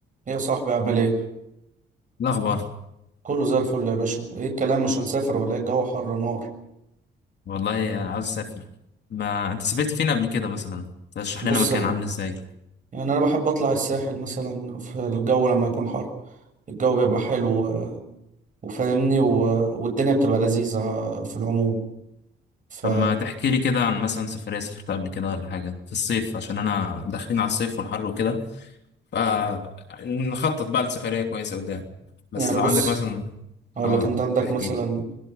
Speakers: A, on the right; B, on the left.
A: يا صاحبي عامل ايه؟
B: الأخبار
A: كله زي الفل يا باشا، ايه الكلام مش هنسافر ولا ايه الجو حر نار،
B: والله عاوز أسافر ما أنت سافرت فين قبل كده مثلا ترشح
A: بص
B: لنا مكان
A: يعني
B: عامل إزاي
A: انا بحب اطلع الساحل مثلا في الجو لما يكون حر، الجو بيبقى حلو آه، وفاهمني و... والدنيا بتبقى لذيذة آه، في العموم، ف
B: طب ما تحكي لي كده عن مثلا سفرية سافرتها قبل كده ولا حاجة في الصيف عشان أنا داخلين على الصيف والحر وكده فنخطط بقى لسفرية كويسة قدام بس
A: يعني
B: لو
A: بص
B: عندك مثلا
A: اقول
B: آه
A: لك انت عندك
B: تحكي
A: مثلا
B: لي